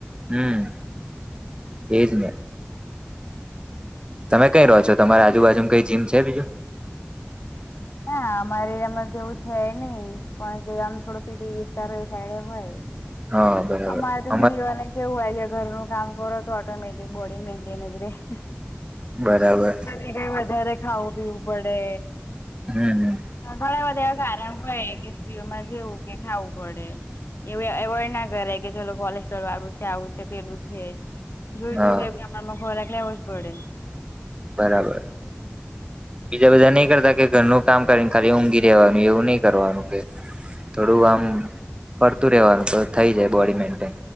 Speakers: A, on the right; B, on the left.
A: હમ એજ ને- - તમે
B: અમારે
A: કઈ રહો છો
B: તો
A: તમારી
B: કેવું
A: આજુબાજુ કઈ જીમ છે બીજું?
B: ના અમારે એમાં એવું છે નઈ પણ જે ગમ થોડો સિટી વિસ્તાર એ સાઈડે હોય-
A: હા
B: -
A: બરાબર
B: અમારે તો
A: અમા
B: સ્રીઓ ને- - કેવું હોય કે ઘરનું કામ કરો તો ઓટોમેટિક બોડી મેન્ટેન જ રે- -
A: બરાબર.
B: એને વધારે ખાઉ-પીવુ પડે.
A: હમ્મ.
B: ઘણા બધા એવા કારણ હોય કે, સ્ત્રીઓમાં જેવું કે ખાવું પડે. એવું અ એવોઈડ ના કરાય કે, ચલો કોલેસ્ટ્રોલ વારુ સે આવું. પેલું છે. જોઈતું
A: હા
B: હોય એ પ્રમાનમા ખોરાક લેવો જ પડે.
A: બરાબર. બીજા બધા નઈ કરતા કે ઘરનું કામ કરીને, ખાલી ઊંઘી રેવાનું એવું ની કરવાનું. થોડું આમ ફરતુ રેવાનુ, તો થઈ જાય બોડી મેન્ટેન.